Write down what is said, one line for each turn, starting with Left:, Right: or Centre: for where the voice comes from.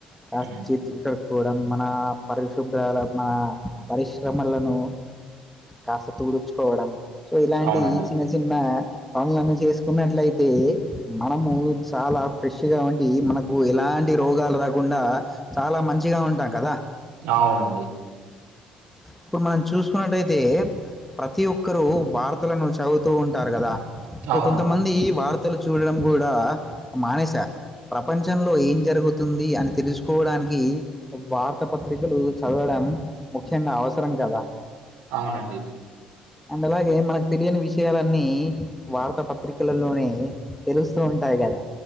Centre: కాస్త
Right: ఉమ్,
Centre: చేతులు కడు కొడ మన పరిశుభ్రాల మన పరిశ్రమలను కాస్త తుడుచుకోవడం సో ఇలాంటి
Right: అవునండి
Centre: ఈ చిన్న చిన్న పనులను చేసుకున్నట్లయితే మనము చాలా ఫ్రెష్ ట్టిగా ఉండి మనకు ఎలాంటి రోగాలు రాకుండా చాలా మంచిగా ఉంటాం కదా
Right: అవునండి
Centre: ఇప్పుడు మనం చూసుకున్నట్టయితే ప్రతి ఒక్కరూ వార్తలను చదువుతూ ఉంటారు గదా ఇప్పుడు
Right: అవునండి
Centre: కొంతమంది వార్తలు చూడడం గూడ మానేశారు ప్రపంచంలో ఏం జరుగుతుంది అని తెలుసుకోవడానికి ఒ వార్తా పత్రికలు చదవడం ముఖ్యంగా అవసరం కదా
Right: అవునండి
Centre: అండ్ అలాగే మనకు తెలియని విషయాలన్నీ వార్తా పత్రికలలోనే తెలుస్త ఉంటాయి గదా